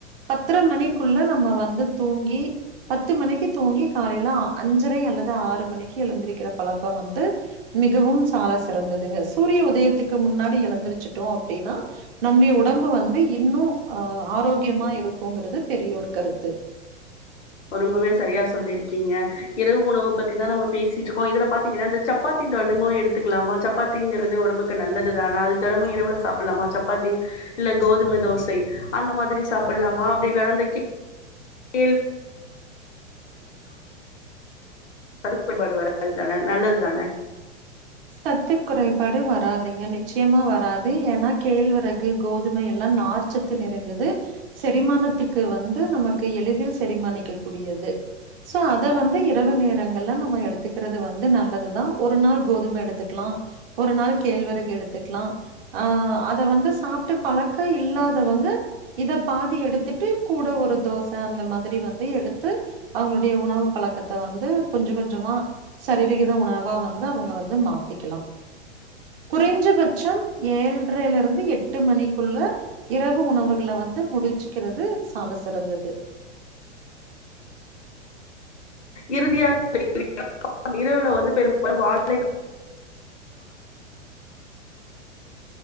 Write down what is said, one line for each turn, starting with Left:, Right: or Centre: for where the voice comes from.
Right: பத்தரை மணிக்குள்ள நம்ம வந்து தூங்கி பத்து மணிக்கு தூங்கி காலைல அஞ்சரை அல்லது ஆறு மணிக்கு எழுந்திருக்கிற பழக்கம் வந்து மிகவும் சால சிறந்ததுங்க சூரிய உதயத்துக்கு முன்னாடி எழுந்திரச்சுட்டோ அப்டின்னா நம்முடைய உடம்பு வந்து இன்னும் அஹ் ஆரோக்கியமா இருக்குங்கிறது பெரிய ஒரு கருத்து
Left: ரொம்பவே சரியா சொல்லிருக்கீங்க இரவு உணவ பத்திதா நம்ம பேசிட்ருக்கோ இதுல பாத்தீங்கன்னா இந்த சப்பாத்தி தெனமு எடுத்துக்கலாமா சப்பாத்திங்கிறது உடம்புக்கு நல்லதுதான அது தெனமு இரவுல சாப்டலாமா சப்பாத்தி இல்ல கோதும தோசை அந்த மாதிரி சாப்டலாமா அப்டி இல்லன்னா இந்த கீ <inaudible> குறைபாடு வராதுதான நல்லதுதான
Right: சத்து குறைபாடு வராதுங்க நிச்சயமா வராது ஏன்னா கேழ்வரகு கோதுமை எல்லாம் நார்ச்சத்து நிறைந்தது செரிமானத்துக்கு வந்து நமக்கு எளிதில் செரிமானிக்க கூடியது சோ அத வந்து இரவு நேரங்கள்ல நம்ம எடுத்துக்கிறது வந்து நல்லதுதா ஒரு நாள் கோதுமை எடுத் எடுத்துக்கலா ஒரு நாள் கேழ்வறகு எடுத்துக்கலா ஆஹ் அத வந்து சாப்டு பழக்கோயில்லாதவங்க இத பாதி எடுத்துட்டு கூட ஒரு தோச அந்த மாதிரி வந்து எடுத்து அவங்களுடைய உணவு பழக்கத்த வந்து கொஞ்சோ கொஞ்சமா சரிவிகத உணவா வந்து அவங்க வந்து மா எடுத்துக்கலா குறைஞ்ச பச் சோ ஏல்ரையிலயிருந்து எட்டு மணிக்குள்ள இரவு உணவுகள வந்து முடிச்சுக்குறது சால சிறந்தது
Left: இறுதியாக <unintelligible> இரவுல வந்து பெரும்பாலோ